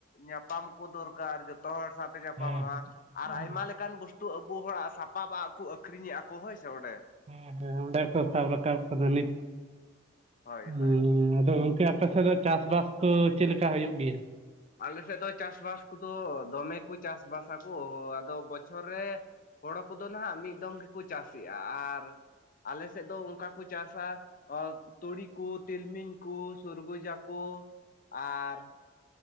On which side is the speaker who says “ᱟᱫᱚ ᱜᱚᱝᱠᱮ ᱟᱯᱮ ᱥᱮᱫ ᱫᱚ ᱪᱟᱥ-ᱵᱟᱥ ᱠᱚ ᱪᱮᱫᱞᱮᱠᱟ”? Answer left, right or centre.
Right